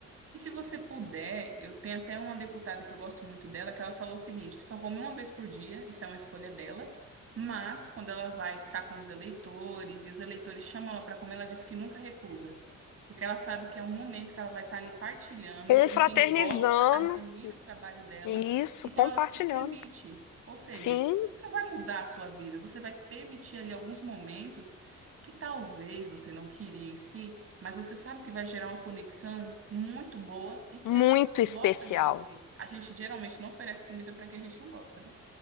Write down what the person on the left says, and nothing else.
Confraternizando,
isso,
compartilhando.
Sim,
muito
especial.